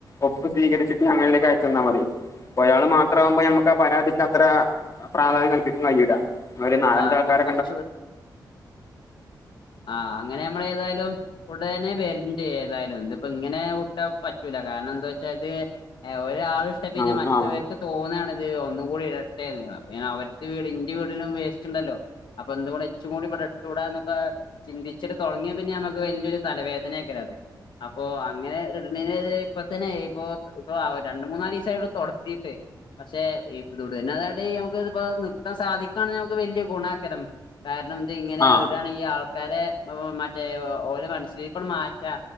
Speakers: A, on the left; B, on the left.
A: ഒപ്പ് സ്വീകരിച്ചിട്ട് ഞങ്ങളിലേക്ക് അയച്ചന്നാമതി ഒരാള് മാത്രമാകുമ്പോ നമുക്ക് ആഹ് പരാതിക്കത്ര പ്രാധാന്യം കൽപ്പിക്കാൻ കഴിയൂല ഒരു നാലഞ്ചാൾക്കാര
B: ആഹ് <unintelligible> ആഹ് അങ്ങനെ നമ്മളെതായാലും ഉടനെ വരണ്ട് ഏതായാലും ഇന്നിപ്പം ഇങ്ങനെ വിട്ടാ പറ്റൂല കാരണം എന്താ വെച്ചാല് എഹ് ഒരാള് ശ് പിന്നെ
A: ആ
B: മറ്റവർക്ക്
A: ആ
B: തോന്നാണിത് ഒന്നും കൂടെ ഇടട്ടേന്ന് അപ്പ ഞാൻ അവർ വീട് ഇന്റെ വീടിലും വസ് ഇച്ച്ണ്ടല്ലോ അപ്പൊ എന്ത ഇച്ചും കൂടി ഇവിടെ ഇട്ടൂടന്നൊക്കെ ചിന്തിച്ചിട്ട് തുടങ്ങിയ പിന്നെ നമുക്ക് വല്യരു തലവേദനക്കാരോ അത് അപ്പോ അ ഇങ്ങനെ ഇടണോന് ഇപ്പ തന്നെ ഇപ്പൊ ഇപ്പൊ രണ്ട്മൂന്നാല് ദിസായി തുടത്തിട്ട് പക്ഷേ <unintelligible> അതായിട്ട് ഞമക്ക് ഇപ്പോ നിർത്താൻ സാധിക്കാന്ന് വലിയ ഗുണാക്കരം കാരണം ഇത് ഇങ്ങനെ
A: ആ ആ
B: ഇടാണെങ്കി ആഹ് ആൾക്കാരെ ഓ മറ്റേ ഓരോ മനഷിലിരിപ്പ് മാറ്റാ